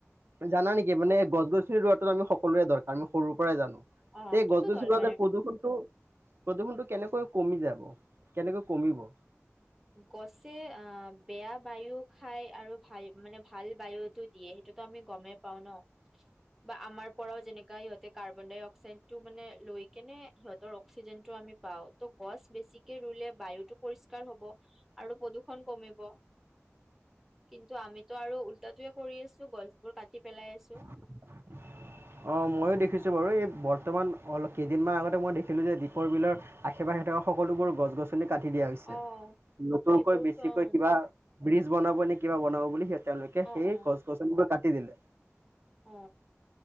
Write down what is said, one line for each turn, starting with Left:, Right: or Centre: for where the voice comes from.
Right: জানা নেকি মানে গছ গছনি ৰোৱাটো আমি সকলোৰে দৰকাৰ সৰুৰ পৰাই জানো,
Centre: অ
Right: এ
Centre: সেইটোতো
Right: গছ গছনি
Centre: দৰকাৰে
Right: <unintelligible> প্ৰদূষণটো। প্ৰদূষণটো কেনেকৈ কমি যাব, কেনেকৈ কমিব?
Centre: গছে অ, বেয়া বায়ু খাই আৰু ভাল মানে ভাল বায়ুতো দিয়ে সেইতোটো আমি গমেই পাওঁ ন। বা আমাৰ পৰাও যেনেকা সিহঁতে কাৰ্বন ডাই অক্সাইডটো মানে লৈ কেনে সিহঁতৰ অক্সিজেনটো আমি পাওঁ ত' গছ বেছিকে ৰুলে বায়ু পৰিষ্কাৰ হ'ব, আৰু প্ৰদূষণ কমিব। কিন্তু আমিতো আৰু উলতায়ে কৰি আছো, গছ বোৰ কাটি পেলাই আছো।
Right: <inaudible> অ, ময়ো দেখিছোঁ বাৰু এই বৰ্তমান অলপ কেইদিনমান আগতে মই দেখিলোঁ যে দীপৰ বিলৰ আশে পাশে থকা সকলোবোৰ গছ গছনি কাটি দিয়া হৈছে,
Centre: অ
Right: নতুনকৈ
Centre: সেইবোৰতো
Right: বেছিকৈ
Centre: অ
Right: কিবা ব্ৰিজ বনাব নে কিবা বনাব বুলি সেই তেওঁলোকে
Centre: অ
Right: সেই
Centre: অ
Right: গছ গছনিবোৰ কাটি দিলে।
Centre: অ।